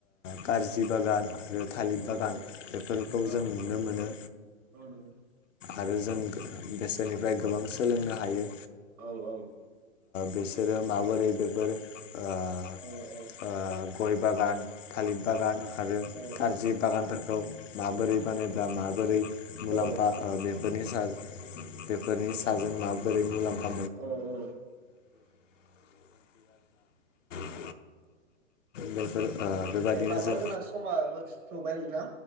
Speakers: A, on the left; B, on the right.
A: खारजि बागान आरो थालिर बागान
B: औ
A: बेफोरखौ जों
B: औ
A: नुनो मोनो
B: औ नंगौ
A: आरो जों बेसोरनिफ्राय गोबां सोलोंनो हायो
B: औ औ
A: बिसोरो माबोरै बेफोर ओ
B: औ औ
A: ओ गय बागान थालिर बागान आरो
B: औ
A: कारजि बागानफोरखौ माबोरै बानायब्ला माबोरै मुलाम्फा
B: औ
A: बेफोरनि बेफोरनि साजों माबोरै मुलाम्फा
B: औ औ
A: <unintelligible> बेफोर ओ बेबादिनो
B: दे होनबा न
A: जों
B: जोंना समाबो थौबाय नोंथां